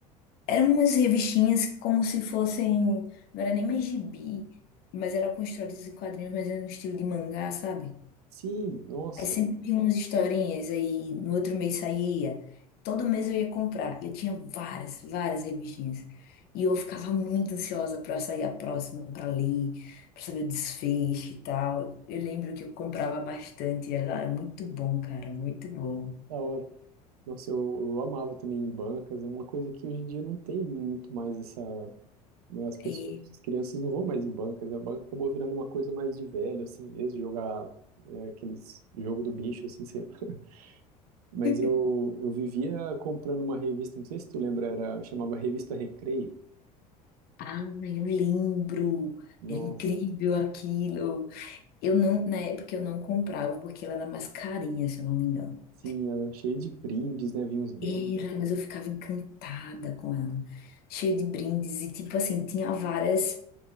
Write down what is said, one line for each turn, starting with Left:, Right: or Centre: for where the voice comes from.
Left: Eram umas revistinhas como se fossem. Não era nem mais gibi, mas eram construídas em quadrinhos, mas era no estilo de mangá, sabe?
Right: Sim, nossa.
Left: Aí sempre tinha umas historinhas, aí no outro mês saía. Todo mês eu ia comprar. Eu tinha várias, várias revistinhas. E eu ficava muito ansiosa para sair a próxima, para ler, para saber o desfecho e tal. Eu lembro que eu comprava bastante. Era era muito bom, cara, muito bom.
Right: Da hora. Nossa, eu, eu amava também em bancas. É uma coisa que hoje em dia não tem muito mais essa. né, as pessoas,
Left: É,
Right: as crianças não vão mais em bancas. A banca acabou virando uma coisa mais de velho, assim mesmo, jogar é, aqueles jogo do bicho, assim, sei lá. <laughs> Mas
Left: <laughs>
Right: eu, eu vivia comprando uma revista, não sei se tu lembra, era, chamava Revista Recreio.
Left: Ah, eu lembro.
Right: Nossa,
Left: Era incrível aquilo. Eu não, na época eu não comprava porque ela era mais carinha, se eu não me engano.
Right: sim, era cheio de brindes, né? Vinha uns brindes
Left: Era,
Right: e
Left: mas
Right: tal.
Left: eu ficava encantada com ela, cheia de brindes e tipo assim, tinha várias